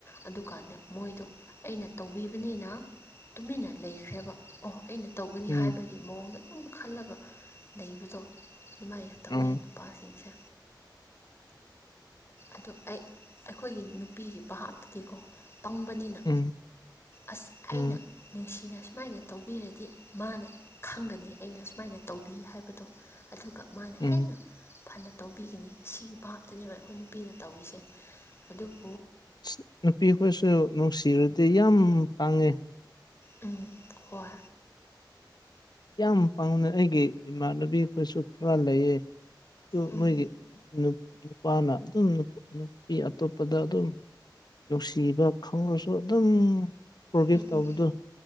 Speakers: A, on the left; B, on the left.
A: ꯑꯗꯨꯀꯥꯟꯗ ꯃꯣꯏꯗꯣ ꯑꯩꯅ ꯇꯧꯕꯤꯕꯅꯤꯅ ꯇꯨꯃꯤꯟꯅ ꯂꯩꯈ꯭ꯔꯦꯕ ꯑꯣ ꯑꯩꯅ ꯇꯧꯒꯅꯤ
B: ꯎꯝ
A: ꯍꯥꯏꯕꯒꯤ ꯃꯑꯣꯡꯗ ꯑꯗꯨꯝ ꯈꯜꯂꯒ ꯂꯩꯕꯗꯣ ꯑꯗꯨꯃꯥꯏꯅ ꯇꯧꯋꯦ
B: ꯎꯝ
A: ꯅꯨꯄꯥꯁꯤꯡꯁꯦ ꯑꯗꯣ ꯑꯩ ꯑꯩꯈꯣꯏꯒꯤ ꯅꯨꯄꯤꯒꯤ ꯚꯥꯞꯇꯗꯤꯀꯣ ꯄꯪꯕꯅꯤꯅ
B: ꯎꯝ
A: ꯑꯁ ꯑꯩꯅ
B: ꯎꯝ
A: ꯅꯨꯡꯁꯤꯅ ꯑꯁꯨꯃꯥꯏꯅ ꯇꯧꯕꯤꯔꯗꯤ ꯃꯥꯅꯦ ꯈꯪꯒꯅꯤ ꯑꯩꯅ ꯁꯨꯃꯥꯏꯅ ꯇꯧꯕꯤ ꯍꯥꯏꯕꯗꯣ ꯑꯗꯨꯒ ꯃꯥꯅ
B: ꯎꯝ
A: ꯍꯦꯟꯅ ꯐꯅ ꯇꯧꯕꯤꯒꯅꯤ ꯁꯤꯒꯤ ꯚꯥꯕꯇꯅꯦꯕ ꯑꯩꯈꯣꯏꯅ ꯄꯤꯅ ꯇꯧꯔꯤꯁꯦ ꯑꯗꯨꯕꯨ
B: ꯁꯤꯠ ꯅꯨꯄꯤꯈꯣꯏꯁꯨ ꯅꯨꯡꯁꯤꯔꯗꯤ ꯌꯥꯝ ꯄꯪꯉꯦ
A: ꯎꯝ ꯍꯣꯏ
B: ꯌꯥꯝ ꯄꯥꯝꯅ ꯑꯩꯒꯤ ꯏꯃꯥꯟꯅꯕꯤ ꯑꯈꯣꯏꯁꯨ ꯈꯔ ꯂꯩꯌꯦ ꯑꯗꯨ
A: ꯎꯝ
B: ꯃꯣꯏꯒꯤ ꯅꯨꯄꯥꯅ ꯑꯗꯨꯝ ꯅꯨꯄꯤ ꯑꯇꯣꯞꯄꯗ ꯑꯗꯨꯝ ꯅꯨꯡꯁꯤꯕ ꯈꯪꯂꯁꯨ ꯑꯗꯨꯝ ꯐꯣꯔꯒꯤꯞ
A: ꯎꯝ
B: ꯇꯧꯕꯗꯣ
A: ꯎꯝ